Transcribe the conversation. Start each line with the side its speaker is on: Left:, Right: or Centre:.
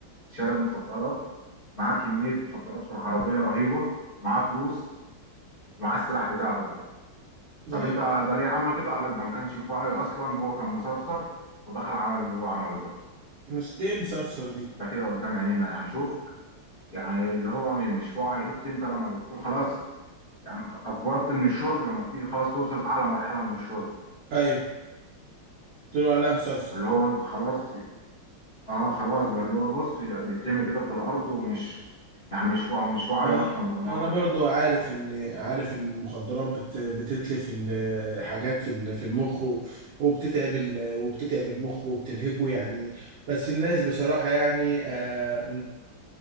Left: شارب مخدرات معاه كمية مخدرات في العربية رهيبة معاه فلوس ومعاه السلاح بتاعه ده طب
Right: ايوه
Left: انت ده ليه عمل كده قال لك ده ما كانش في وعي اصلا هو كان مسرسر ودخل عمل اللي هو عمله ده
Right: مس... ايه مسرسر دي
Left: ده كده قدام عينينا يعني شوف يعني اللي هو م- مش في وعي شفت انت لما بتكون خلاص يعني افورت من الشرب لما بتيجي خلاص توصل اعلى مرحلة من الشرب
Right: ايوه قلت له عليها مسرسر
Left: اللي هو انت خلاص اه خلاص بقى اللي هو بص بيترمي كده في الارض ومش يعني مش وع مش واعي
Right: انا
Left: اصلا بالمره
Right: انا برضو
Left: يعني
Right: عارف ان عارف ان المخدرات بت بتتلف الحاجات في ال- في المخ و- وبتتعب ال- وبتتعب المخ وبتنهكه يعني بس الناس بصراحة يعني آه،